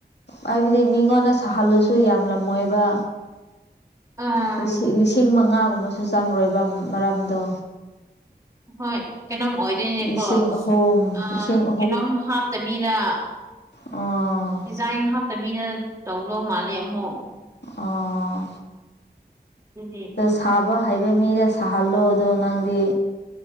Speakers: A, on the left (about 85°); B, on the right (about 20°).
A: ꯍꯥꯏꯕꯗꯤ ꯃꯤꯉꯣꯟꯗ ꯁꯥꯍꯜꯂꯁꯨ ꯌꯥꯝꯂꯝꯃꯣꯏꯕ
B: ꯑꯥ
A: ꯂꯤꯁꯤꯡ ꯂꯤꯁꯤꯡ ꯃꯉꯥꯒꯨꯝꯕꯁꯨ ꯆꯪꯔꯣꯏꯕ ꯃꯔꯝꯗꯣ
B: ꯍꯣꯏ ꯀꯩꯅꯣꯝ ꯑꯣꯏꯗꯣꯏꯅꯦꯀꯣ
A: ꯂꯤꯁꯤꯡ ꯑꯍꯨꯝ
B: ꯑ
A: ꯂꯤꯁꯤꯡ
B: ꯀꯩꯅꯣꯝ ꯍꯥꯞꯇꯕꯤꯗ
A: ꯑꯣ
B: ꯗꯤꯖꯥꯏꯟ ꯍꯥꯞꯇꯕꯤꯗ ꯇꯧꯗꯧ ꯃꯥꯜꯂꯦ ꯑꯃꯨꯛ
A: ꯑꯣ
B: ꯗꯨꯅꯦ
A: ꯊꯥꯕ ꯍꯩꯕ ꯃꯤꯗ ꯁꯥꯍꯜꯂꯣ ꯑꯗꯣ ꯅꯪꯗꯤ